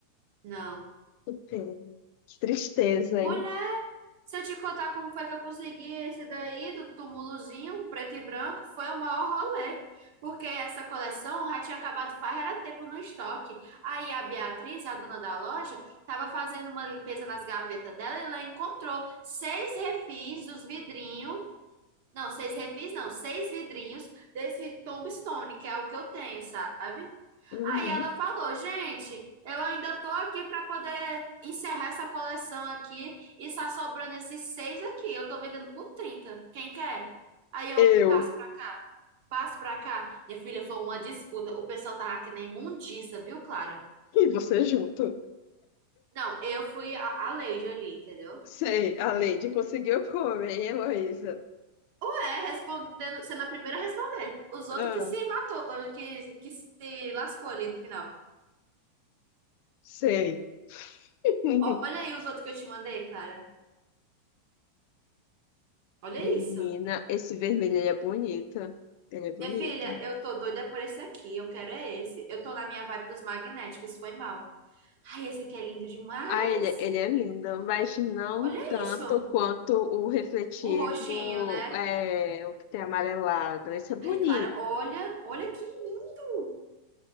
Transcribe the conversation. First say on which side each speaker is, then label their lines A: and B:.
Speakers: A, on the right; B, on the left.
A: Não.
B: Que pena. Que tristeza,
A: Mulher.
B: hein?
A: Se eu te contar como foi que eu consegui esse daí do túmulozinho, preto e branco, foi o maior rolê. Porque essa coleção já tinha acabado faz era tempo no estoque. Aí a Beatriz, a dona da loja, estava fazendo uma limpeza nas gavetas dela e ela encontrou seis refis dos vidrinhos. Não, seis refis não, seis vidrinhos desse Tombstone, que é o que eu tenho, sabe?
B: Uhum.
A: Aí ela falou, gente, eu ainda tô aqui para poder encerrar essa coleção aqui e só sobrando esses seis aqui. Eu tô vendendo por 30. Quem quer? Aí eu
B: Eu
A: passo pra, passo pra cá. Minha filha, foi uma disputa. O pessoal tava que nem imundiça, viu, Clara?
B: e você junto.
A: Não, eu fui a, a lady ali, entendeu?
B: Sei, a Lady conseguiu comer, hein, Heloísa?
A: Ué, respondendo, sendo a primeira a responder. Os
B: Ah,
A: outros que se matou, eh, que, que se lascou ali no final.
B: sei. <laughs>
A: Olha aí os outros que eu te mandei, Clara. Olha
B: Menina,
A: isso.
B: esse vermelho ele é bonito. Ele é bonito.
A: Minha filha, eu tô doida por esse aqui. Eu quero é esse. Eu tô na minha vibe dos magnéticos, foi mal. Ai, esse aqui é lindo demais.
B: Ah, ele, ele é lindo, mas não
A: Olha
B: tanto
A: isso.
B: quanto o refletivo,
A: O roxinho, né?
B: é, o que tem amarelado. Esse é bonito.
A: Ai, Clara, olha. Olha que lindo.